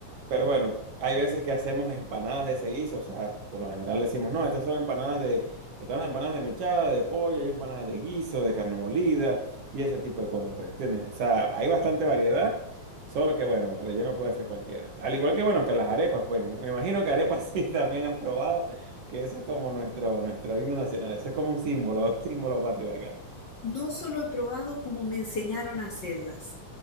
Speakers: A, on the right; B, on the left.
A: Pero bueno, hay veces que hacemos empanadas de ese guiso, o sea, por lo general decimos, no, estas son empanadas de, están las empanadas de mechada, de pollo, hay empanadas de guiso, de carne molida y ese tipo de cosas, pues, ¿entiendes? O sea, hay bastante variedad, solo que bueno, el relleno puede ser cualquiera. Al igual que bueno, que las arepas, pues, me imagino que arepas <laughs> sí también has probado, que eso es como nuestro, nuestro himno nacional, eso es como un símbolo, <laughs> un símbolo patrio acá.
B: No solo he probado como me enseñaron a hacerlas.